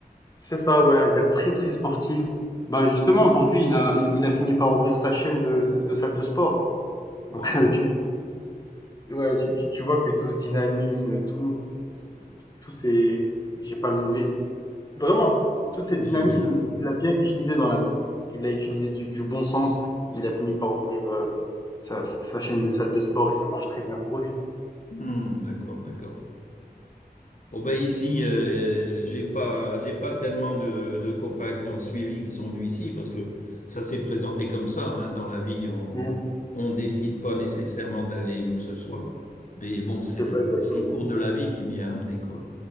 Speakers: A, on the left; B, on the left.
A: C'est ça, ouais, un gars très très sportif. Bah justement aujourd'hui il a, il, il a fini par ouvrir sa chaîne de, de, de salle de sport. Donc
B: Waouh,
A: euh, tu, ouais, tu, tu- tu vois que tout ce dynamisme, tout, tout, tout- tout- tous ces, j'ai pas le mot, mais vraiment, toute cette
B: <laughs> c'est
A: dynamisme,
B: génial.
A: il il l'a bien utilisé dans la vie. Il l'a utilisé
B: Ah,
A: du, du bon sens. Il a fini par ouvrir euh, sa, sa chaîne de salle de sport et ça marche très bien pour lui.
B: Hmm, d'accord, d'accord. Oh ben ici, euh, j'ai pas, j'ai pas tellement de, de compas qui ont suivi, qui sont venus ici, parce que ça s'est présenté comme ça, hein, dans la vie, on,
A: Mm.
B: on décide pas nécessairement d'aller où que ce soit, mais bon, c'est
A: C'est
B: le,
A: ça, exactement.
B: c'est le cours de la vie qui m'y a amené, quoi.